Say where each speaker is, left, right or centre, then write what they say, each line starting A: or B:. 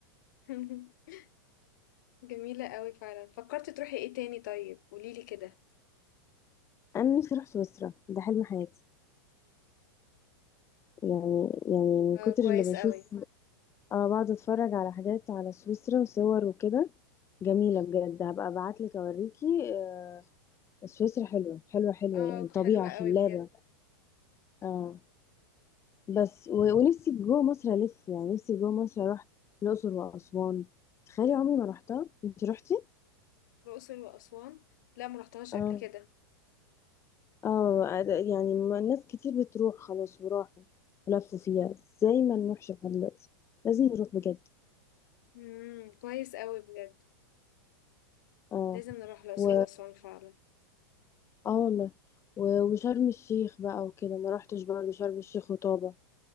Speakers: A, on the left; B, on the left.
A: <laughs> جميلة قوي فعلا فكرت تروحي ايه تاني طيب قوليلي كده
B: انا نفسي اروح سويسرا ده حلم حياتي يعني يعني من كتر
A: اه كويس
B: اللي بشوف
A: قوي
B: اه بقعد اتفرج على حاجات على سويسرا وصور وكده جميله بجد هبقى ابعت لك اوريكي آه، سويسرا حلوه حلوه حلوه
A: اه
B: يعني طبيعه
A: حلوة قوي
B: خلابه
A: بجد
B: اه
A: آه،
B: بس و... ونفسي جوه مصر الف يعني نفسي جوه مصر اروح الاقصر واسوان تخيلي عمري ما رحتها انت رحتي
A: الأقصر وأسوان لا مرحتهاش
B: اه
A: قبل كده
B: اه أد- يعني ما- ناس كتير بتروح خلاص وراحوا ولفوا فيها ازاي ما نروحش لحد دلوقتي لازم نروح بجد
A: مم. كويس قوي بجد
B: اه
A: لازم نروح الأقصر
B: و
A: وأسوان فعلا
B: اه والله و... وشرم الشيخ بقى وكده ما رحتش برضه شرم الشيخ وطابة